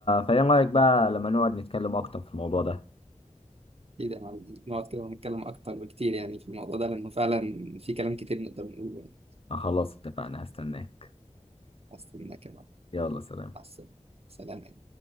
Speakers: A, on the left; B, on the right.
A: فإيه رأيك بقى لما نقعد نتكلم أكتر في الموضوع ده؟
B: ايه ده معلم. نقعد كده ونتكلم اكتر بكتير يعني في الموضوع ده لانه فعلا في كلام كتير نقدر نقوله يعني
A: خلاص اتفقنا هستناك
B: اصلا كده
A: يلا سلام
B: مع السلامه سلام.